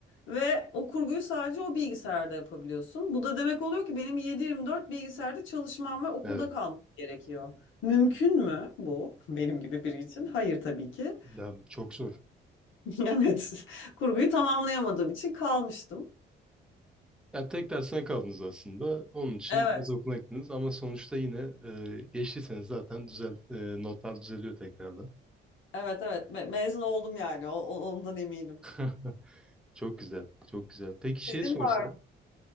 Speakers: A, on the left (about 75°); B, in the centre.
A: ve o kurguyu sadece o bilgisayarda yapabiliyorsun. Bu da demek oluyor ki benim 7/24 bilgisayarda çalışmam ve okulda
B: Evet.
A: kalmam gerekiyor. Mümkün mü bu <laughs> benim gibi biri için? Hayır tabii ki.
B: Ya çok zor.
A: <laughs> Evet. Kurguyu tamamlayamadığım için kalmıştım.
B: Yani tek dersten kaldınız aslında. Onun için
A: Evet.
B: yaz okuluna gittiniz ama sonuçta yine e, geçtiyseniz zaten düzel e, notlar düzeliyor tekrardan.
A: Evet evet Me- mezun oldum yani O- o- ondan eminim.
B: <laughs> Çok güzel, çok güzel. Peki şey
A: Senin
B: sorsam,
A: var. mı?